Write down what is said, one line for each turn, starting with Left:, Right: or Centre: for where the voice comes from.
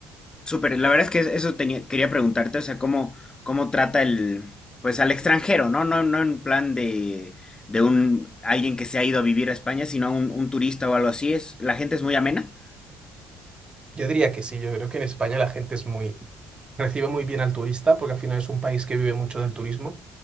Left: Súper, la verdad es que eso tenía, quería preguntarte, o sea, cómo, cómo trata el, pues al extranjero, ¿no? No, no en plan de, de un, alguien que se ha ido a vivir a España, sino un, un turista o algo así. Es, la gente es muy amena.
Right: Yo diría que sí, yo creo que en España la gente es muy, recibe muy bien al turista, porque al final es un país que vive mucho del turismo,